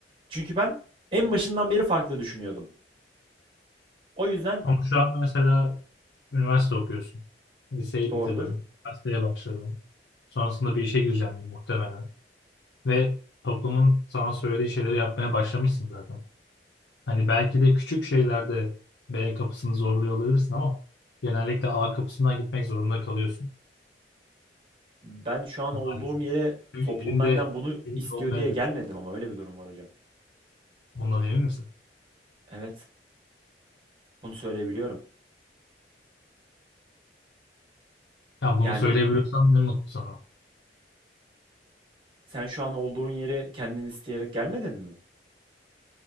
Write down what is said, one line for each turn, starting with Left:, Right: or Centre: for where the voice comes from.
Right: Çünkü ben en başından beri farklı düşünüyordum. O yüzden
Left: Ama şu an mesela üniversite okuyorsun. Liseyi
Right: doğrudur.
Left: bitirdin. Üniversiteye başladın. Sonrasında bir işe gireceğim muhtemelen. Ve toplumun sana söylediği şeyleri yapmaya başlamışsın zaten. Hani belki de küçük şeylerde B kapısını zorluyor olabilirsin ama genellikle A kapısından gitmek zorunda kalıyorsun
Right: Ben şu an
Left: maalesef.
Right: olduğum yere
Left: Çünkü
Right: toplum
Left: elinde
Right: benden bunu
Left: elinde
Right: istiyor
Left: olmayabilir.
Right: diye gelmedim ama öyle bir durum var hocam.
Left: Ondan emin misin?
Right: Evet, bunu söyleyebiliyorum.
Left: Ya
Right: Yani
Left: bunu söyleyebiliyorsam ne mutlu sana.
Right: sen şu an olduğun yeri kendin isteyerek gelmedin mi?